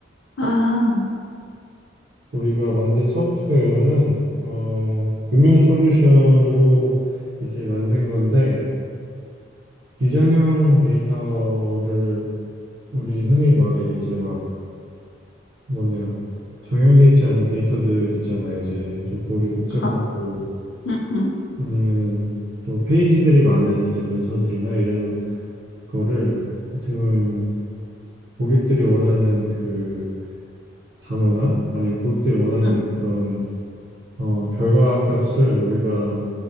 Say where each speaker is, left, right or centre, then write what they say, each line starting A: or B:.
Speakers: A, on the left; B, on the right.
A: 아,
B: 우리가 만든 소프트웨어는, 어, 금융 솔루션으로 이제 만든 건데, 비정형 데이터를 우리 흔히 말해 이제 막 뭐냐 정형돼 있지 않은 데이터들 있잖아 이제 좀 보기 복잡하고
A: 아, 음, 음,
B: 아니면은 또 페이지들이 많은 이제 문서들이나 이런 거를 어떻게 보면 고객들이 원하는 그 단어나 아니면 고객들이 원하는
A: 음,
B: 그런 어 결과 값을 우리가